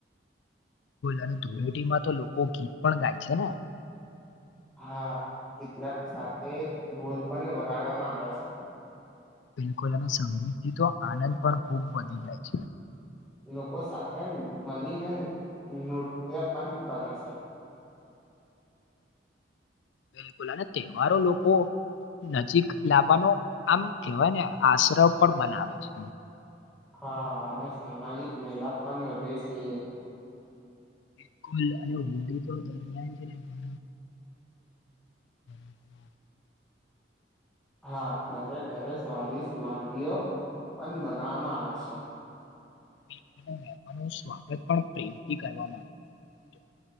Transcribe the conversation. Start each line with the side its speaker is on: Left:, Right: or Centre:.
Left: અને ધુડેટીમાં તો લોકો ગીત પણ ગાય છે ને.
Centre: હા કેટલાક સાથે ઢોલ પણ વગાડવામાં આવે છે.
Left: બિલકુલ અને સંગીતથી તો આનંદ પણ ખૂબ વધી જાય છે.
Centre: લોકો સાથે મલીનેન નૃત્ય પન કરે છે.
Left: <inaudible> બિલકુલ અને તહેવારો લોકો નજીક લાવવાનો આમ કેહેવાય ને આશ્રવ પણ બનાવે છે.
Centre: હા અને સામાજિક મેલા પન વધે છે.
Left: બિલકુલ અને હોડી તો દરમિયાન <unintelligible> <unintelligible>
Centre: હા તારે ઘરે સ્વાદિષ્ટ વાનગીઓ પણ બનાવામાં આવે છે.
Left: <unintelligible> સ્વાગત પણ પ્રેમથી કરવામાં આવે